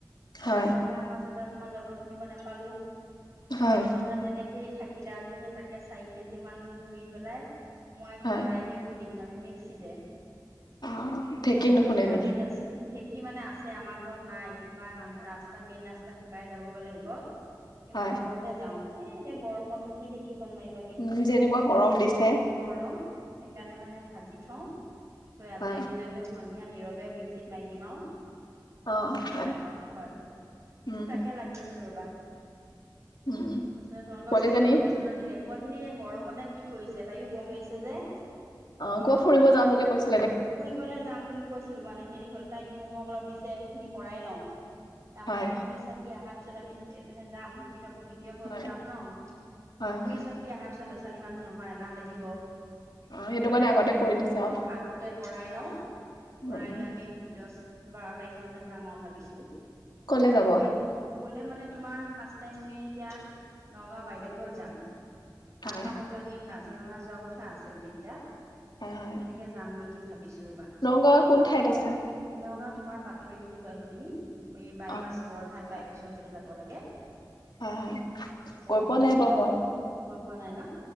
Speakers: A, on the left; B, on the right.
A: হয়
B: বেমাৰ হোৱাৰ পাছত তোমাৰ জলপান খুন্দিব নেপালোঁ। <unintelligible>
A: হয়
B: তেনেকেই থাকিলে, আজি সেই তাকে চাৰি কেজি মান ধুই পেলাই মই
A: হয়
B: কৰা়ই গুৰি খুন্দিম মানে মিক্সিতে।
A: অ ঢেঁকী
B: তাকে
A: নুশুনে
B: ভাজি
A: নেকি
B: আছোঁ, ঢেক কি মানে আছে আমাৰ ঘৰত নাই শিপাই মানুহ ৰাস্তা মেইন ৰাস্তা শিপাই যাবগৈ লাগিব।
A: হয়
B: মানুহ ঘতহে যাওঁ, এই এতিয়া গৰমতনো কি ঢেকি ফোন মাইবাগে।
A: উম যেনেকুৱা গৰম দিছে
B: অ গৰম। সেইকাৰণে মানে ভাজি থওঁ, আজৰি
A: হয়
B: বিজৰি হৈ সন্ধিয়া নীৰৱে মিক্সিত মাৰি দিম আও।
A: অ
B: কথা
A: হয়
B: সেখাওঁ হয়,
A: উম
B: সেই তাকে লাগি আছোঁ ৰবা।
A: উম
B: তাৰপাছত তোমালোকৰ
A: পোৱালীজনী
B: ছোৱালী বন্ধ- চন্ধ দিলে? পোৱালজনীয়ে গৰমতে কি কৰিছে তাইও গৰম লাগিছে যে।
A: অ কত ফুৰিব যাম বুলি কৈছে?
B: ফুৰিবলে যাম বুলি কৈছিলো, মানে হেৰি হ'ল তাই হোমৱৰ্ক অলপ দিছে সেইখিনি কৰাই লওঁ। তাৰমানে
A: হয়
B: ফুৰি চাকি অহাৰ পিছত আমি মানে যাম, কিন্ত মিটিৰৰ ঘৰতো
A: হয়
B: যাম ন,
A: হয়
B: ফুৰি
A: হয়
B: চাকি অহাৰ পিছত ল'ৰা ছোৱালী মানুহ নহয় এলাহ লাগিব।
A: অ সেইটো
B: সেইকাৰণে
A: কাৰণে আগতে
B: বোলো
A: কৰি দিছে। আৰু
B: অ আগতে কৰাই লওঁ,
A: উম,
B: কৰাই
A: উম।
B: লৈ আমি দছ বাৰ তাৰিখ মানে যাম আও, ভাবিছো
A: কলে
B: নহ'লে
A: যাব
B: ঘুই গলে মানে তোমাৰ ফাৰ্ষ্ট টাইম আমি এতিয়া নগাঁও বাইদেউ ঘৰত যাম। তাৰ
A: হয়
B: পা হয়তো আমি কাজি ৰঙা যোৱাৰ কথা আছে গোটেই কেইটা।
A: হয় হয়
B: তেনেকে যাম নেকি ভাবিছোঁ ৰ'বা।
A: নগাঁৱৰ কোন ঠাইত আছে
B: নগাঁত তোমাৰ পাথৰি বুলি কয় সেইখিনি এই বাইপাছ
A: অ
B: বৰঘাট বাইপাছৰ
A: হয়
B: সেই ফালে যাব লাগে। তাৰপাছত
A: হয় হয় গৈ
B: সেইফালে
A: পোৱা নাই বাৰু
B: যাম
A: মই
B: গৈ পোৱা নাই ন।